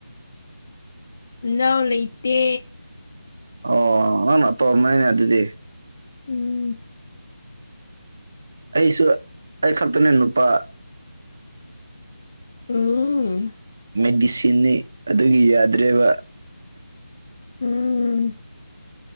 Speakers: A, on the left; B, on the right.
A: ꯏꯅꯥꯎ ꯂꯩꯇꯦ
B: ꯑꯣ ꯃꯥꯅ ꯑꯇꯣꯝꯕꯅꯤꯅꯦ ꯑꯗꯨꯗꯤ
A: ꯎꯝ
B: ꯑꯩꯁꯨ ꯑꯩ ꯈꯛꯇꯅꯦ ꯅꯨꯄꯥ
A: ꯎꯝ
B: ꯃꯦꯗꯤꯁꯤꯟꯅꯤ ꯑꯗꯨꯒꯤ ꯌꯥꯗ꯭ꯔꯦꯕ
A: ꯎꯝ